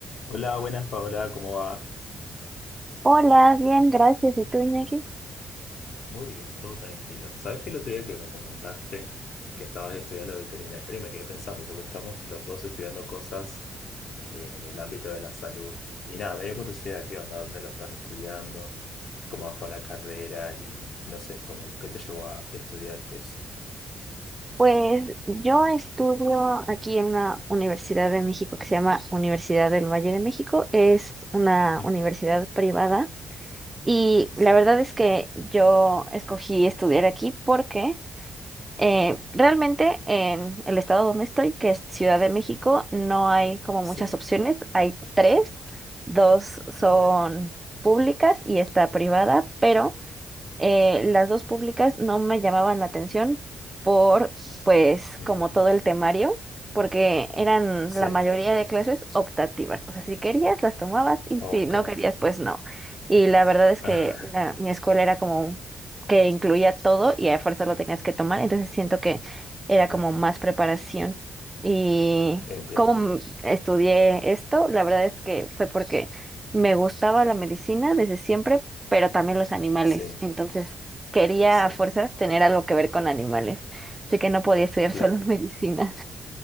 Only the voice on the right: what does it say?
Hola, bien, gracias. ¿Y tú, Iñaki?
Pues yo estudio aquí en una universidad de México que se llama Universidad del Valle de México. Es una
universidad privada y
la verdad es que yo escogí estudiar aquí porque eh, realmente en el estado donde estoy, que es Ciudad de México, no hay como
muchas opciones. Hay tres, dos son
públicas y está privada, pero... Eh, las dos públicas no me llamaban la atención por, pues,
como todo el temario, porque eran
la mayoría de clases optativas. O sea, si querías, las tomabas y
si no querías, pues no. Y la verdad es que
la- mi escuela era como que incluía todo y a fuerza lo tenías que tomar, entonces siento que era
como más preparación. Y
cómo m- estudié esto, la verdad es que fue porque me gustaba la medicina desde siempre, pero también los animales.
Entonces, quería
a fuerzas tener algo que ver con animales. Así que no podía estudiar
solo <laughs> medicina.